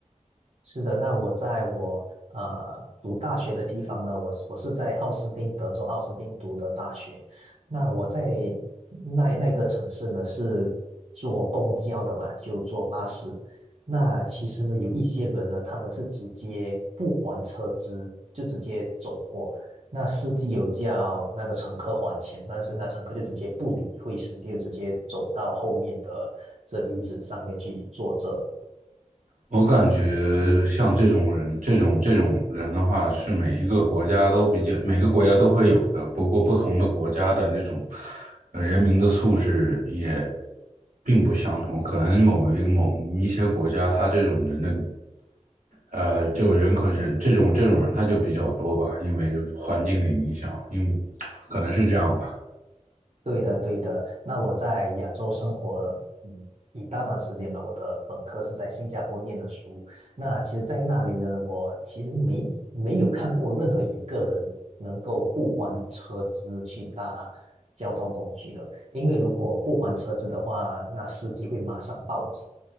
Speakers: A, on the right; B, on the right.
A: 是的，那我在我呃读大学的地方呢，我是我是在奥斯汀，德州奥斯汀读的大学。那我在那那个城市呢，是坐公交的嘛，就坐巴士。那其实呢，有一些人呢，他们是直接不还车资，就直接走过。那司机有叫那个乘客还钱，但是那乘客就直接不理会，司机就直接走到后面的这椅子上面去坐着了。
B: 我感觉像这种人，这种这种人的话，是每一个国家都比较，每个国家都会有的。不过，不同的国家的那种呃人民的素质也并不相同。可能某一某一些国家，他这种人的，呃，就人可人这种这种人他就比较多吧，因为环境的影响，因可能是这样吧。
A: 对的，对的。那我在亚洲生活嗯一大段时间嘛，我的本科是在新加坡念的书。那其实，在那里呢，我其实没没有看过任何一个人能够不还车资去搭交通工具的，因为如果不还车资的话，那司机会马上报警。